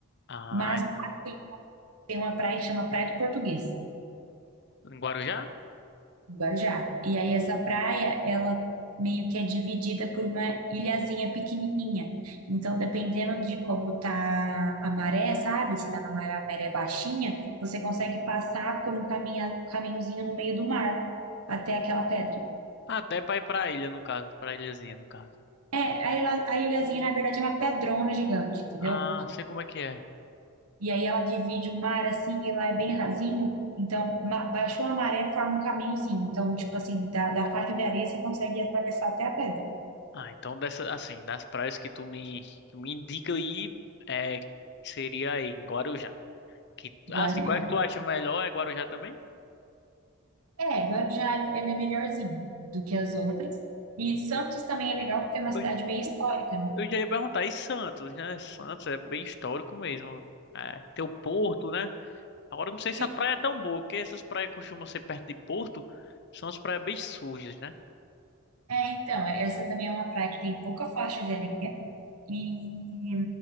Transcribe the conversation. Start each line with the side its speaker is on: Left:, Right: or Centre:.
Left: Ah,
Right: Mas
Left: então.
Right: lá tem uma, tem uma praia que chama Praia do Português.
Left: Em Guarujá?
Right: Guarujá. E aí essa praia, ela meio que é dividida por uma ilhazinha pequenininha. Então, dependendo de como tá a maré, sabe? Se tá na maré, a maré é baixinha, você consegue passar por um caminha, caminhozinho no meio do mar até aquela pedra.
Left: Ah, até pra ir pra ilha, no caso. Pra ilhazinha, no caso.
Right: É, a, ilha, a ilhazinha, na verdade, é uma pedrona gigante, entendeu?
Left: Ah, sei como é que é.
Right: E aí ela divide o mar assim, e lá é bem rasinho. Então, ma- baixou a maré, forma um caminhozinho. Então, tipo assim, da, da faixa de areia você consegue atravessar até a pedra.
Left: Ah, então dessa, assim, das praias que tu me, que me indica aí, é, seria aí em Guarujá. Que,
Right: Guarujá.
Left: ah, assim, qual é que tu acha melhor? É Guarujá também?
Right: É, Guarujá ele é melhorzinho do que as outras. E Santos também é legal porque é uma
Left: Eu,
Right: cidade meio histórica, né?
Left: eu já ia perguntar, e Santos, né? Santos é bem histórico mesmo. É, tem o Porto, né? Agora eu não sei
Right: Sim,
Left: se a praia é tão boa, porque essas praias costumam ser perto de Porto, são as praias bem sujas, né?
Right: é, então, essa também é uma praia que tem pouca faixa de areia, E